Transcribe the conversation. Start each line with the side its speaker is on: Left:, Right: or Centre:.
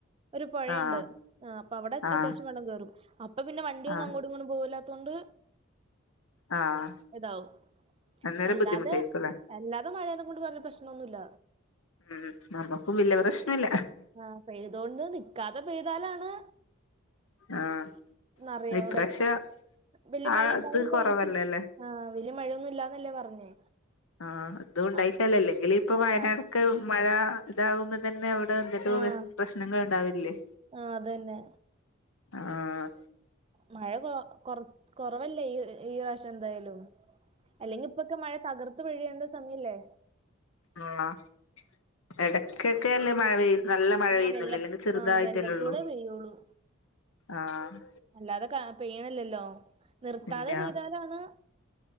Right: ഒരു പൊഴയുണ്ട്
Left: ആഹ്
Right: ആഹ് അപ്പൊ അവിടെ
Left: ആഹ്
Right: അത്യാവശ്യം വെള്ളം കേറും അപ്പൊ പിന്നെ വണ്ടി ഒന്നും
Left: ആഹ്
Right: അങ്ങോടും ഇങ്ങോടും പോവില്ല തൊണ്ട്
Left: ആഹ്
Right: താവും
Left: അന്നേരം
Right: അല്ലാതെ
Left: ബുദ്ധിമുട്ടായിരിക്കുംല്ലേ
Right: അല്ലാതെ മഴേനെ കൊണ്ട് പറഞ്ഞ പ്രശ്നൊന്നൂല
Left: ഉം നമ്മക്കും വല്യേ പ്രശ്നൂല
Right: ആഹ് പെയ്തോണ്ട് നിക്കാതെ പെയ്താലാണ്
Left: ആഹ്
Right: നെറയോ
Left: ഇപ്രാവശ്യം
Right: അവിടെ വല്യേ
Left: ആ
Right: മഴ ഇണ്ടാവില്ലായിരിക്കും
Left: ഇത് കൊറവല്ലല്ലേ
Right: ആഹ് വല്യേ മഴയൊന്നും ഇല്ലാന്നല്ലേ പറഞ്ഞേ
Left: ആഹ് അതും ഉണ്ടായിട്ടല്ലേ
Right: അപ്
Left: അല്ലെങ്കി ഇപ്പൊ വയനാടൊക്കെ
Right: ആഹ്
Left: മഴ ഇതാകുമ്പോ തന്നെ അവ്ടെ എന്തെല്ലു
Right: ആഹ്
Left: പ്രശ്നങ്ങൾണ്ടാവില്ലേ
Right: ആഹ് അതന്നെ
Left: ആഹ്
Right: മഴ കൊ കൊർ കൊറവല്ലേ ഈ ഈ പ്രാവശ്യംന്തായാലും അല്ലെങ്കിപ്പൊക്കെ മഴ തകർത്ത് പെയ്യേണ്ട സമയല്ലേ
Left: ആഹ് ഇടക്കൊക്കെല്ലേ മഴ പെയ്യ് നല്ല മഴ പെയ്യുന്നല്ലോ
Right: ആഹ് വെല്ല
Left: ല്ലെങ്കി ചെറുതായിട്ടല്ലേള്ളു
Right: ആഹ് വെല്ലപ്പോളേ പെയ്യുള്ളൂ
Left: ആഹ്
Right: അല്ലാതെ ക പെയ്യ്ണില്ലല്ലോ നിർത്താതെ
Left: ഇല്ല
Right: പെയ്താലാണ്